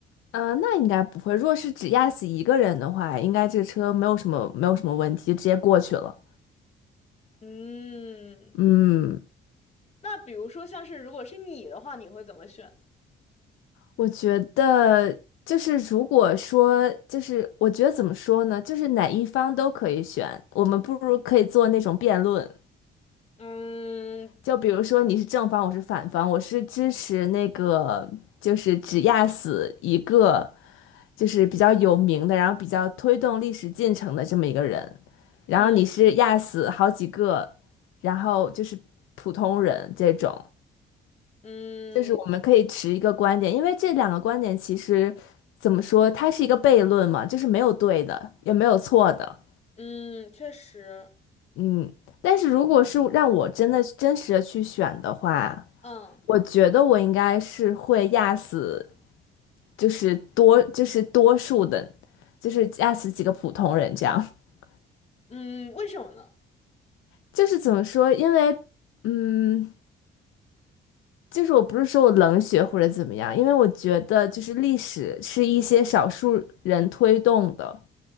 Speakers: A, on the left; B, on the left.
A: 嗯、呃那应该不会。如果是只压死一个人的话，应该这个车没有什么没有什么问题，就直接过去了。
B: 嗯，
A: 嗯，
B: 那比如说像是如果是你的话，你会怎么选呢？
A: 我觉得就是如果说就是我觉得怎么说呢，就是哪一方都可以选，我们不如可以做那种辩论，
B: 嗯
A: 就比如说你是正方，我是反方，我是支持那个就是只压死一个就是比较有名的，然后比较推动历史进程的这么一个人，然后你是压死好几个，
B: 嗯
A: 然后就是普通人这种。
B: 嗯
A: 就是我们可以持一个观点，因为这两个观点其实怎么说，它是一个悖论嘛，就是没有对的，也没有错的，
B: 嗯，确实，
A: 嗯。但是如果是让我真的真实的去选的话，
B: 嗯
A: 我觉得我应该是会压死，就是多就是多数的，就是压死几个普通人这样。<laughs>
B: 嗯，为什么呢？
A: 就是怎么说，因为嗯，就是我不是说我冷血或者怎么样，因为我觉得就是历史是一些少数人推动的。